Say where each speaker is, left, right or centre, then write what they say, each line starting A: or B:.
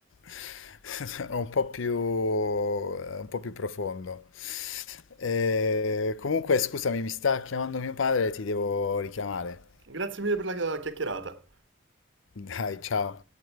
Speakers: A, on the left (about 75°); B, on the right (about 65°).
A: <laughs> è un po' più, è un po' più profondo. Eh, comunque, scusami, mi sta chiamando mio padre, ti devo richiamare.
B: Grazie mille per la chiacchierata.
A: Dai, ciao.